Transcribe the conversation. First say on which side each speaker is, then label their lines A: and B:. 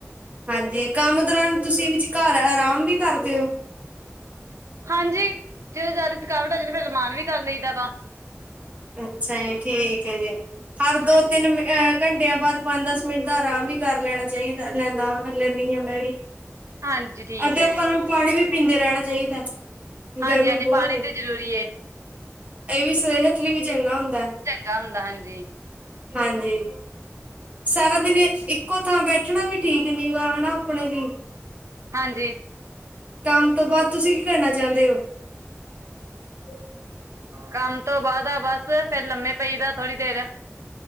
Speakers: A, on the right; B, on the right.
A: ਹਾਂਜੀ, ਕੰਮ ਦੌਰਾਨ ਤੁਸੀਂ ਵਿਚ ਘਰ ਆਰਾਮ ਵੀ ਕਰਦੇ ਹੋ।
B: ਹਾਂਜੀ ਜਦੋਂ ਜ਼ਿਆਦਾ ਥਕਾਵਟ ਆ, ਰਾਮ ਵੀ ਕਰ ਲਈਦਾ ਵਾ।
A: ਅੱਛਾ ਜੀ ਠੀਕ ਹੈ ਜੀ, ਹਰ
B: ਹਾਂਜੀ
A: ਦੋ ਤਿੰਨ ਘੰਟਿਆਂ ਬਾਅਦ, ਪੰਜ ਦਸ ਮਿੰਟ ਦਾ ਆਰਾਮ ਵੀ ਕਰ ਲੈਣਾ ਚਾਹੀਦਾ ਲੈਂਦਾ, ਲੈਂਦੀ ਹਾਂ ਮੈਂ ਵੀ।
B: ਹਾਂਜੀ ਠੀਕ
A: ਆ ਤੇ
B: ਹੈ
A: ਆਪਾਂ
B: ਜੀ
A: ਨੂੰ ਪਾਣੀ ਵੀ ਪੀਂਦੇ ਰਹਿਣਾ ਚਾਹੀਦਾ।
B: ਹਾਂਜੀ
A: ਗਰਮੀ
B: ਹਾਂਜੀ
A: ਬਹੁਤ
B: ਪਾਣੀ
A: ਏ
B: ਤਾਂ ਜ਼ਰੂਰੀ।
A: ਇਹ ਵੀ ਸਹਿਤ ਲਈ ਵੀ ਚੰਗਾ ਹੁੰਦਾ।
B: ਚੰਗਾ ਹੁੰਦਾ ਹਾਂਜੀ।
A: ਹਾਂਜੀ। ਸਾਰਾ ਦਿਨ ਇੱਕੋ ਥਾਂ ਬੈਠਣਾ ਵੀ ਠੀਕ ਨੀ ਗਾ ਹਨਾ, ਆਪਣੇ ਲਈ।
B: ਹਾਂਜੀ।
A: ਕੰਮ ਤੋਂ ਬਾਅਦ ਤੁਸੀਂ ਕੀ ਕਰਨਾ ਚਾਹੁੰਦੇ ਹੋ? <unintelligible>
B: ਕੰਮ ਤੋਂ ਬਾਅਦ ਆ ਬਸ, ਫੇਰ ਲੰਮੇ ਪਈ ਦਾ ਥੋੜੀ ਦੇਰ।